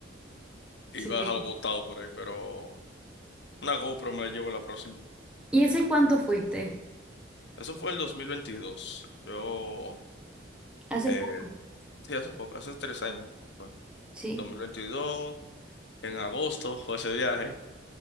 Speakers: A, on the left (about 65°); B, in the centre.
A: <laughs> y
B: Sí.
A: iba a dejarlo botado por ahí, pero una GoPro me la llevo la próxima.
B: ¿Y ese cuánto fuiste?
A: Eso fue el 2022. Yo,
B: Hace
A: eh,
B: poco,
A: sí, hace poco, hace tres años fue.
B: sí.
A: 2022, en agosto fue ese viaje.